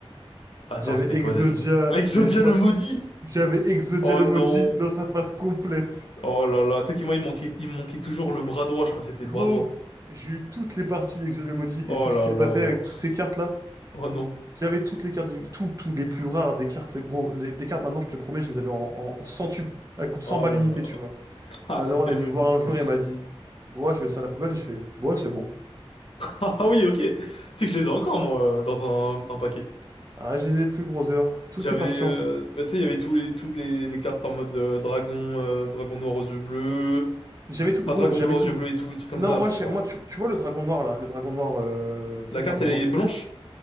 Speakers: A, on the left (about 65°); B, on the right (about 35°).
A: Attends,
B: J'avais
A: c'était
B: Exodia,
A: quoi déjà? Ah, Exodia
B: mais les trois...
A: le maudit!
B: J'avais Exodia
A: Oh
B: le
A: non!
B: maudit dans sa face complète.
A: Oh là là, tu sais que moi il me manquait, il me manquait toujours le bras droit, je crois que c'était
B: Gros,
A: le bras droit.
B: j'ai eu toutes les parties d'Exodia le maudit.
A: Oh
B: Et tu sais
A: là
B: ce qui s'est
A: là,
B: passé avec
A: Pff,
B: toutes ces cartes-là?
A: oh non,
B: J'avais toutes les cartes, du- tout, toutes les plus rares des cartes, gros. Les, des cartes, maintenant, je te promets, je les avais en, en, en centuple. Elles coûtent
A: oh
B: 100 balles
A: là
B: l'unité,
A: là,
B: tu vois.
A: <laughs> ah
B: Ma
A: c'est
B: daronne
A: terrible.
B: est venue me voir un jour
A: <laughs>
B: et elle m'a dit, Ouais, je mets ça à la poubelle. Et je fais, Ouais, c'est bon.
A: Ah oui, ok, tu sais que je les ai encore moi dans un, un paquet.
B: Ah, je les ai plus, brother. Tout
A: J'avais,
B: est parti
A: euh,
B: en fumée.
A: bah, tu sais il y avait tous les tous les, les cartes en mode euh, dragon, euh, dragon noir aux yeux bleus,
B: J'avais tout, gros,
A: pas dragon
B: j'avais
A: blanc aux
B: tout.
A: yeux bleus et tout, des trucs comme
B: Non,
A: ça.
B: moi,
A: Pff,
B: je-
A: ouah.
B: moi tu, tu vois le dragon noir, là. Le dragon noir, euh, tu
A: La
B: sais,
A: carte
B: le dragon
A: elle
B: noir.
A: est blanche?